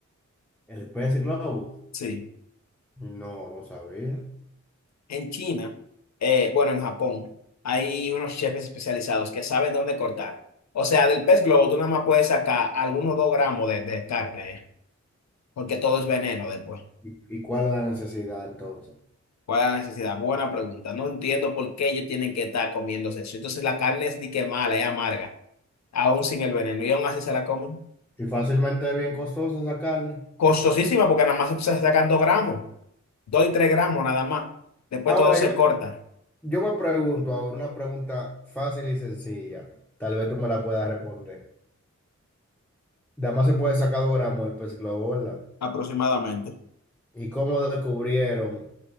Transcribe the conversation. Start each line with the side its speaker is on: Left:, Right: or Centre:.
Centre: El pez globo.
Left: Sí.
Centre: No, no sabía.
Left: en China, eh, bueno, en Japón, hay unos chefs especializados que saben dónde cortar. O sea, del pez globo tú nada más puedes sacar algunos dos gramos de, de carne, eh, porque todo
Centre: Sí.
Left: es veneno después.
Centre: ¿Y y cuál es la necesidad entonces?
Left: ¿Cuál es la necesidad? Buena pregunta. No entiendo por qué ellos tienen que estar comiéndose eso. Entonces la carne es di que mala, es amarga, aún sin el veneno, y aún así se la comen.
Centre: Y fácilmente es bien costosa esa carne.
Left: Costosísima porque nada más se se sacan dos gramos, dos y tres gramos nada más. Después
Centre: Ahora,
Left: todo se
Centre: yo,
Left: corta.
Centre: yo me pregunto ahora una pregunta fácil y sencilla. Tal vez tú me la puedas responder. Además se puede sacar dos gramos el pez globo, ¿verdad?
Left: Aproximadamente.
Centre: ¿Y cómo descubrieron